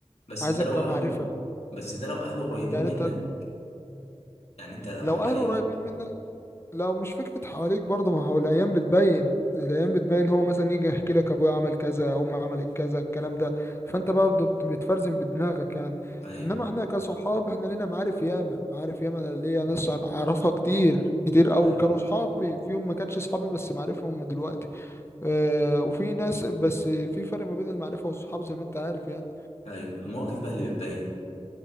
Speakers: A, on the left; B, on the left.
A: بس
B: عايزك
A: ده لو
B: كمعرفة
A: اهله بس ده لو اهله قريبين
B: يعني
A: منك
B: انت
A: يعني انت لو
B: لو
A: حواليك
B: اهله قريبين منك لو مش فكرة حواليك برضه ما هو الأيام بتبين الأيام بتبين هو مثلا يجي يحكي لك أبويا عمل كذا أمي عملت كذا الكلام ده فأنت برضه بت- بتفرزن بدماغك يعني
A: ايوه
B: إنما إحنا كصحاب إحنا لينا معارف ياما معارف ياما أنا ليا ناس عم- أعرفها كتير كتير أوي
A: ايوه
B: كانوا صحابي فيهم ما كانش صحابي بس معرفهم من دلوقتي آه وفي ناس بس في فرق ما بين المعرفة والصحاب زي ما أنت عارف يعني
A: ايوه المواقف بقى اللي بتبين